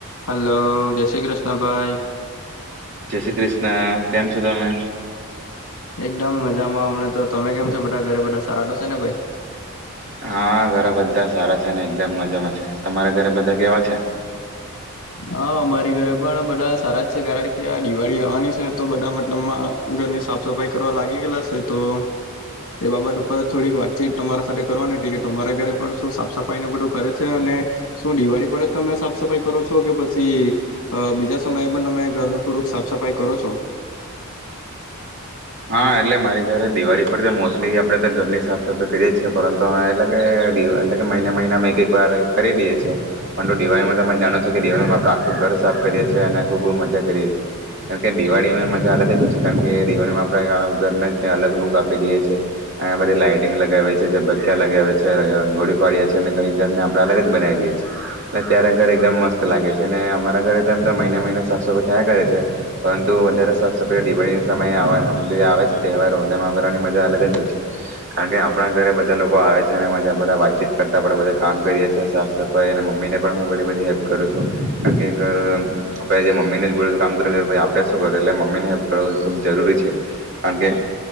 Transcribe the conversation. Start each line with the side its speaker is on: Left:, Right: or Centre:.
Left: Hello, જય શ્રી કૃષ્ણભાઈ
Right: જય શ્રી કૃષ્ણ, કેમ છો તમે
Left: એકદમ મજામાં હમણાં તો તમે કેમ છો, બધા ઘરે બધા સારા તો સે ને ભાઈ
Right: હા ઘરે બધા સારા છે ને એકદમ મજામાં છે. તમારા ઘરે બધા કેવા છે?
Left: હા અમારી ઘરે પણ બધા સારા જ છે કારણ કે આ દિવાળી આવાની છે તો બધા મતલબમાં ઘરની સાફ સફાઈ કરવા લાગી ગેલા છે તો તે બાબત ઉપર થોડીક વાતચીત તમારા સાથે કરવાની હતી કે તમારી ઘરે પણ શું સાફ સફાઈ ને બધું કરે છે અને શું દિવાળી પર જ તમે સાફ સફાઇ કરો છો? તો કે પસી અ બીજા સમયે પણ તમે ઘરનું થોડુંક સાફ સફાઈ કરો છો.
Right: હા એટલે મારી ઘરે દિવાળી પર મોસ્ટલી આપડે પણ ઘરની સાફ સફાઈ કરીએ છીએ. પરંતુ એટલે કે દિવા એટલે કે મહિ મહિનામાં એક એક વાર કરી દઈએ છીએ પરંતુ દિવાળીમાં તમે જાણો છો કે દિવાળીમાં આપણે આખું ઘર સાફ કરીએ છીએ અને ખૂબ મજા કરીએ છીએ કારણ કે દિવાળીમાં મજા અલગ જ હોય છે કારણ કે દિવાળીમાં આપણે ઘરને જ કંઈ અલગ લુગ આપી દઈએ છીએ અનેયા બધી લાાઈટિંગ લગાવીએ છીએ જબકખ લગાવી છીએ રંગોળી પાડીએ છીએ અને કંઈ ઘરને આપણે અલગ જ બનાવી દઈએ છીએ એટલે ત્યારે ઘર એકદમ મત લાગે છે અનેને અમારા ઘરેમ તો મહિના મહિને સાફ સફાઈ થયા કરે છે પરંતુ વધારે સાફ સફાઈ દિવાળીના સમયે જે આવે છે તહેવારોટલમાં કરવાની મજા અલગ જ હોય છે કારણ કે આપણા ઘરે બધા લોકો આવે છે અને મજા બધા વાતચીત કરતાં આપણે બધા કામ કરીએ છીએ સાફ સફાઈ અને મમ્મીને પણ હું ઘણી બધી હેલ્પ કરું છું કારણ કે ઘર આપણે જે મમ્મીને જ બધું કામ કરેેું પછી આપણે શું કરું એટલે મમ્મીને હેલ્પ કર એ ખૂબ જરૂરી છે. કારણ કે